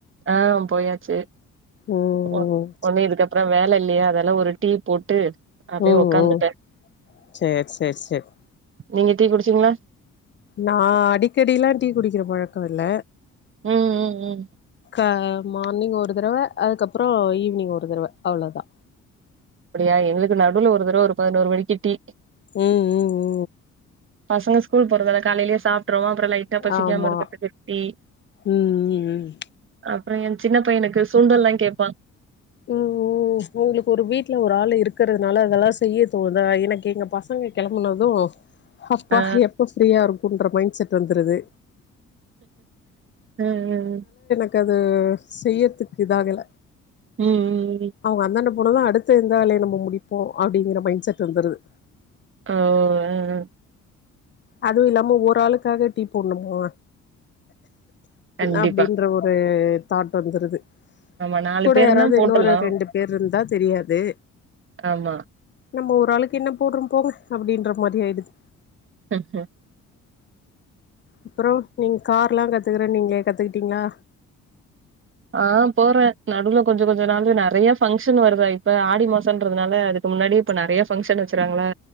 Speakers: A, on the right; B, on the left.
A: ஆ போயாச்சு
B: ம்
A: ஒண் ஒண்ணு இதுக்கப் அப்புறோ வேல இல்லையா அதால்ல ஒரு டீ போட்டு அப்டியே
B: ம் ம்
A: உக்காந்துட்டே
B: ம் சேர் சேர் சேர்
A: நீங்க டீ குடிச்சீங்களா
B: நா அடிக்கடில்லா டீ குடிக்கிற பழக்கோ இல்ல
A: ம் ம் ம்
B: ஆ மார்னிங் ஒரு தடவை அதுக்கப்புறோ ஈவி்னிங் ஒரு தடவ அவ்வளோதா
A: அப்டியா எங்களுக்கு நடுவுல ஒரு தடவ ஒரு பதினோரு மணிக்கு டீ
B: ம் ம் ம்
A: பசங்க ஸ்கூல் போறதால காலையிலேயே சாப்ட்ருவோ அப்புறோ லைட் ட பசிக்காம
B: ஆமா
A: இருக்குறக்கு டீ
B: ம் ம் ம்
A: அப்புறோ எ சின்ன பையனுக்கு சுண்டல்லா கேப்பா
B: ஓ ஓ ம்ச் உங்களுக்கு ஒரு வீட்டுல ஒரு ஆள் இருக்கிறதுனால அதெல்லா செய்ய தோனுதா எனக்கு எங்க பசங்க கொளம்பனது அப்பா
A: ஆ
B: எப்ப ஃப்ரீயா இருக்குன்ற மைண்ட் செட் வந்துருது
A: ஆ ஆ ஆ
B: எனக்கது செய்யறதுக்கு இதாகல
A: ம் ம் ம்
B: அவங்க அந்தாண்ட போனது அடுத்த எந்த வேலைய நம்ம முடிப்போ அப்படிங்கிற மைண்ட செட் வந்துருது
A: ஆ ஆ
B: அதுவு இல்லாம ஒரு ஆளுக்காக டீ போடணுமா
A: கண்டிப்பா
B: அப்டின்ற ஒரு தாட் வந்துருது
A: ஆமா நாலு
B: கூட
A: பேருனா
B: யாராவது
A: போட்டுர்லா
B: இன்னொரு ரெண்டு பேர் இருந்தா தெரியாது
A: ஆமா
B: நம்ம ஒரு ஆளுக்கு என்ன போடுறோ போங்க அப்டின்ற மாரி ஆயிடுது
A: ம் ம்
B: அப்பறோ நீங்க கார்ல்லா கத்துக்குற நீங்களே கத்துக்கிட்டீங்களா
A: ஆ போறே நடுவில கொஞ்ச கொஞ்ச நாளு நெறைய ஃபங்க்ஷன் வருதா இப்ப ஆடி மாசம்ன்றதுனால அதுக்கு முன்னாடி இப்ப நெறைய பங்க்ஷன் வச்சுர்ராங்களா